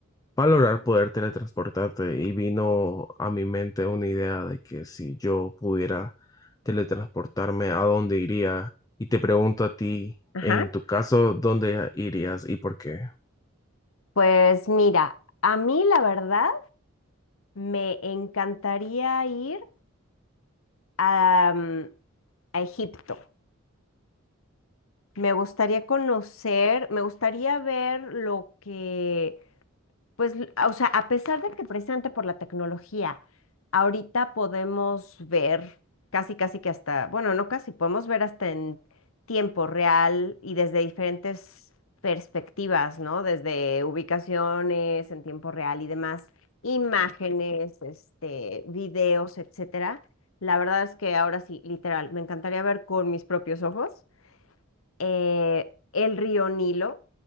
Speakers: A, on the left; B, on the left.
A: valorar poder teletransportarte y vino a mi mente una idea de que si yo pudiera teletransportarme, ¿a dónde iría? Y te pregunto a ti,
B: Ajá.
A: en tu caso, ¿dónde irías y por qué?
B: Pues mira, a mí la verdad me encantaría ir a, mm, a Egipto. Me gustaría conocer, me gustaría ver lo que, Pues, l- o sea, a pesar de que precisamente por la tecnología, ahorita podemos ver casi, casi que hasta, bueno, no casi, podemos ver hasta en tiempo real y desde diferentes perspectivas, ¿no? Desde ubicaciones en tiempo real y demás, imágenes, este, videos, etcétera. La verdad es que ahora sí, literal, me encantaría ver con mis propios ojos eh, el río Nilo,